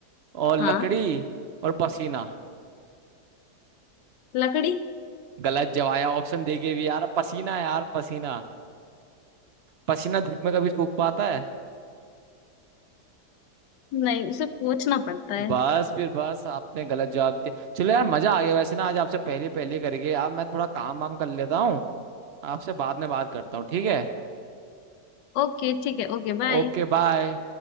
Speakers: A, on the right; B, on the left.
A: और लकड़ी
B: हाँ
A: और पसीना
B: लकड़ी
A: गलत जवाब है ऑप्शन देके भी यार पसीना यार पसीना पसीना धूप में कभी सूख पाता है
B: नहीं उसे पूछना पड़ता है
A: बस फिर बस आपने गलत जवाब दिया चलो यार मजा आ गया वैसे ना आज आपसे पहले पहले करके अब मैं थोड़ा काम वाम कर लेता हूँ आपसे बाद में बात करता हूँ ठीक है
B: ओके ठीक है Okay bye
A: Okay bye